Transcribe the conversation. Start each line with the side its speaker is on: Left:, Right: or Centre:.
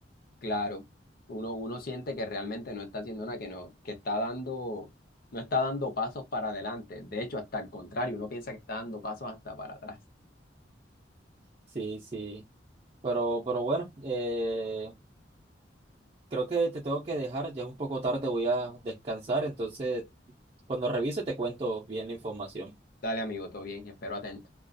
Left: Claro, uno, uno siente que realmente no está haciendo nada, que no, que está dando, no está dando pasos para adelante. De hecho, hasta el contrario, uno piensa que está dando pasos hasta para atrás.
Right: Sí, sí. Pero, pero bueno, eh, creo que te tengo que dejar, ya es un poco tarde, voy a descansar, entonces cuando revise te cuento bien la información.
Left: Dale, amigo, todo bien, espero atento.